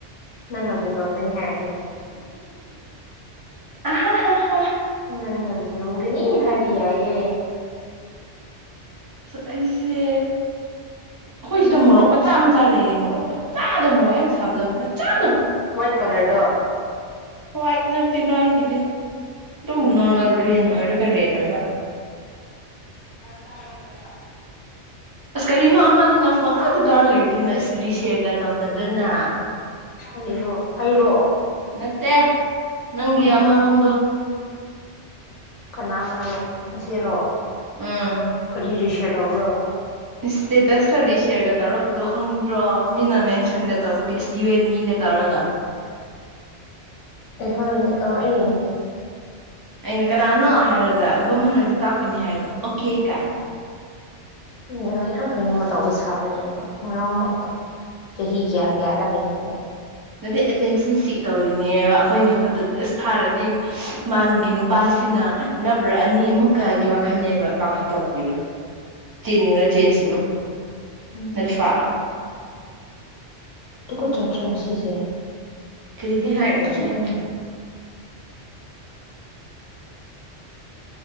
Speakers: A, on the left; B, on the right.
A: ꯅꯪꯅꯕꯨ ꯉꯝꯒꯅꯤ ꯍꯥꯏꯔꯗꯤ
B: ꯑꯍ ꯍ
A: ꯅꯪ ꯅꯕꯨ ꯉꯝꯒꯅꯤ ꯍꯥꯏ ꯀꯔꯤꯌꯥꯌꯦ
B: ꯑꯩꯁꯦ ꯑꯩꯈꯣꯏ ꯁꯤꯗ
A: ꯎꯝ
B: ꯃꯣꯔꯣꯛ ꯃꯆꯥ ꯃ ꯃꯆꯥ ꯂꯩꯑꯌꯦ ꯃꯣꯔꯣꯛ ꯃꯆꯥꯗ ꯃꯣꯔꯣꯛ ꯌꯥꯝ ꯁꯥꯕꯗꯣ ꯃꯆꯥꯗꯣ
A: ꯎꯝ ꯋꯥꯏꯠ ꯀꯂꯔꯗꯣ
B: ꯍꯏꯠ ꯅꯠꯇ ꯇ ꯍꯥꯏꯒꯗꯤ ꯑꯗꯨꯝ
A: ꯀꯔꯤ
B: ꯅꯣꯔꯃꯦꯜ ꯒ꯭ꯔꯤꯟ ꯑꯣꯏꯔꯒ ꯔꯦꯠ ꯑꯣꯏꯕ
A: ꯔꯁ ꯍꯥꯏꯒꯗ꯭ꯔꯕ
B: ꯑꯁ ꯀꯔꯤꯅꯣ ꯑꯃꯗꯨꯅ ꯐꯣꯟꯉ ꯇꯧꯔꯂ ꯂꯩꯔ ꯅ ꯏꯁ ꯔꯤꯁꯤꯤ ꯍꯥꯏꯒ ꯇꯧꯅꯗꯅ
A: ꯀꯔꯤꯔꯣ ꯑꯩꯔꯣ
B: ꯅꯠꯇꯦ ꯅꯪꯒꯤ
A: ꯀꯅꯥ
B: ꯑꯃꯔꯣꯝꯗꯣ
A: ꯀꯅꯥ ꯑꯃꯔꯣ ꯑꯁꯤꯔꯣ
B: ꯑꯥ
A: ꯔꯤꯁꯔꯠ ꯌꯥꯎꯕ꯭ꯔꯣ
B: ꯏꯁꯇꯦꯇꯁꯇ ꯔꯤꯁꯤꯌꯔꯒ ꯇꯧꯔꯛꯄꯗꯣ ꯈꯪꯗ꯭ꯔꯣ ꯃꯤꯅ ꯃꯦꯟꯁꯟꯒ ꯇꯧꯕꯒꯤ ꯌꯨ ꯑꯦꯟ ꯃꯤꯒ ꯇꯧꯔꯒ
A: ꯑꯦ ꯈꯪꯗ ꯑ ꯑꯩ ꯏꯗ
B: ꯑꯩꯅ ꯀꯅꯥꯅꯣ ꯍꯥꯏꯔꯒ ꯎꯕꯝ ꯃꯣꯏꯗ ꯇꯥꯛꯀꯅꯤ ꯍꯥꯏꯔꯒ ꯑꯣꯀꯦ ꯀꯥꯏꯅ
A: ꯑꯅꯦ ꯂꯣꯏ ꯌꯥꯝ ꯀꯣꯏꯩꯅꯅꯨꯡ ꯃꯇꯇꯥꯎꯕ ꯁꯥꯕꯅꯦꯕ ꯉꯔꯥꯎ ꯃꯛꯇ ꯆꯍꯤ ꯆꯍꯤ ꯀꯌꯥ ꯀꯌꯥꯔ ꯀꯩꯅꯗ
B: ꯅꯗ ꯑꯦꯇꯦꯟꯁꯟ ꯁꯤꯛ ꯇꯧꯔꯤꯅꯦꯕ ꯑꯩꯈꯣꯏꯅ ꯐꯣꯠꯇ ꯑꯁ ꯊꯥꯔꯗꯤ ꯃꯥꯒꯤ ꯅꯨꯄꯥꯁꯤꯅ ꯅꯞꯔꯛꯑꯅꯤ ꯑꯃꯨꯛꯀꯒꯤ ꯋꯥꯈꯜꯅꯦꯕ ꯇꯥꯛꯁꯨ ꯇꯥꯛꯄꯤꯔꯣꯏ ꯆꯦꯟꯅꯤꯡꯕꯥ ꯆꯦꯟꯁꯤꯅꯨ
A: ꯎꯝ
B: ꯅꯠꯇ꯭ꯔꯥ
A: ꯇꯨꯀꯨ ꯆꯗꯔꯥ ꯁꯤꯁꯦ
B: ꯀꯔꯤꯗꯤ
A: ꯑꯗꯨꯒꯤ
B: ꯍꯥꯏꯔꯤꯅꯦ
A: ꯇ ꯀ ꯆꯕꯦ